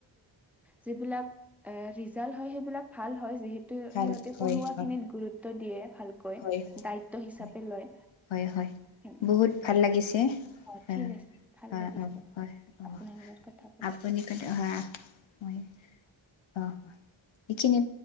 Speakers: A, in the centre; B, on the left.
A: যিলাক াল হয় সেইবিলাক ভাল হয় <unintelligible>
B: ভাল
A: সিহঁতে
B: হয়
A: পঢ়োৱা
B: হয়
A: খিনিত গুৰুত্ব দিয়ে ভালকৈ
B: হয় হয়
A: দায়িত্ব হিচাপে
B: হয়
A: লয়
B: হয় হয়
A: হে
B: বহুত
A: অ
B: ভাল লাগিছে
A: অ
B: হয়
A: ঠিক আছে ভাল
B: হয়
A: লাগিছে
B: অ হয় অ
A: আপোনাৰ লগত কথা পাতিম
B: আপুনি ক
A: <unintelligible>
B: হয় হয় অ, এইখিনি